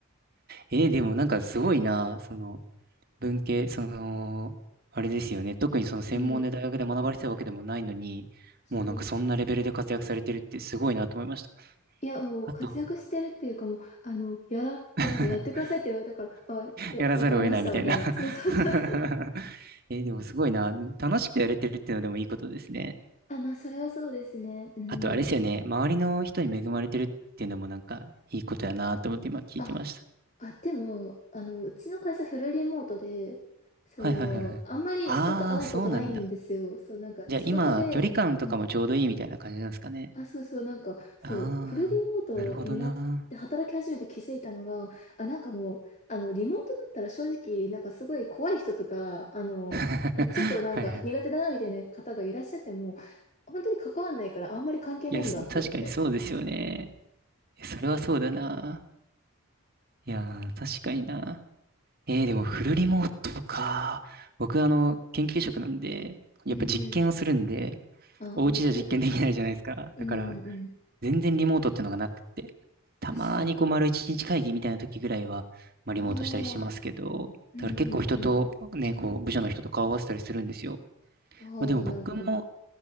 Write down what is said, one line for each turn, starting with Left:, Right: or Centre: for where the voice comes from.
Right: えーでもなんかすごいな、その、文系、その、あれですよね。特にその専門で大学で学ばれてたわけでもないのに、
Left: うん。そう
Right: もうなんかそんなレベルで活躍されてるってすごいなと思いました。
Left: いや、もう活躍してるっていうかもう、
Right: あと、
Left: あの、やら、
Right: <laughs>
Left: いや、なんかやってくださいって言われたから、あ、いや、
Right: やらざるを得ないみたいな
Left: わかりました、みたいな。<laughs> そうそうそうそう。
Right: <laughs> え、でもすごいな。でも楽しくやれてるっていうのでもいいことですね。
Left: あ、まあ、それはそうですね。うん。
Right: あとあれですよね。周りの人に恵まれてるっていうのもなんかいいことやなと思って今聞いてました。
Left: あ、あ、でも、あの、うちの会社フルリモートで、その、
Right: はいはいはいはい。
Left: あんまり人と会うことないんですよ。
Right: ああ、そうなんだ。
Left: そう、なんか仕事で、
Right: じゃあ今、距離感とかもちょうどいいみたいな感じなんですかね。
Left: うんあ、そうそう、なんか、そう、
Right: ああ、
Left: フルリモートになって働き始めて気づいたのが、
Right: なるほどな。
Left: あ、なんかもう、あの、リモートだったら正直、なんかすごい怖い人とか、あの、
Right: <laughs> はいはい。
Left: ちょっとなんか苦手だなみたいな方がいらっしゃっても、本当に関わんないからあんまり関係ないんだって思って。
Right: いや、そ確かにそうですよね。いやそれはそうだな。いやー、確かにな。えー、でもフルリモートか。僕、あの、研究職なんで、やっぱ実験をするんで、
Left: うんうん。<laughs> あ、
Right: お家じゃ実験できないじゃないですか。
Left: オンサイトですよね。うんうん。
Right: だから、全然リモートっていうのがなくって。たまにこう、
Left: 確かに。
Right: 丸一日会議みたいな時ぐらいは、まあ、
Left: あ
Right: リモートしたりしますけど、
Left: あ、うんうんうん。
Right: だから結構人と、ね、こう、部署の人と顔を合わせたりするんですよ。
Left: ああ、
Right: まあ、でも僕も、
Left: なるほど。